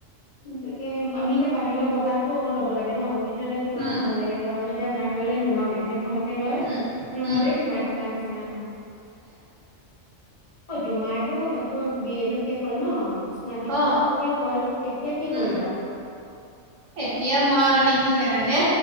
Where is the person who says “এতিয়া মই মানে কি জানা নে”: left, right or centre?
Right